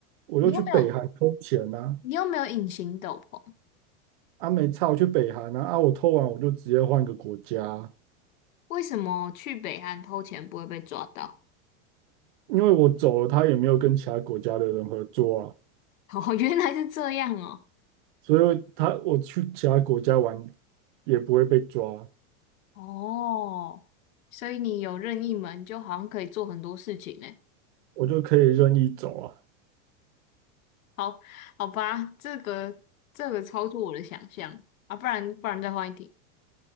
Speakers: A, on the right; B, on the left.
A: 我就去北韩偷钱啊。
B: 你又没有你又没有隐形斗篷，
A: 啊，没差，我去北韩啊。啊，我偷完我就直接换个国家。
B: 为什么去北韩偷钱不会被抓到？
A: 因为我走了，他也没有跟其他国家的人合作啊，
B: <laughs> 哦，原来是这样哦。
A: 所以他我去其他国家玩也不会被抓，
B: 哦，所以你有任意门，就好像可以做很多事情呢。
A: 我就可以任意走啊。
B: 好，好吧，这个这个超出我的想象啊！不然不然再换一题。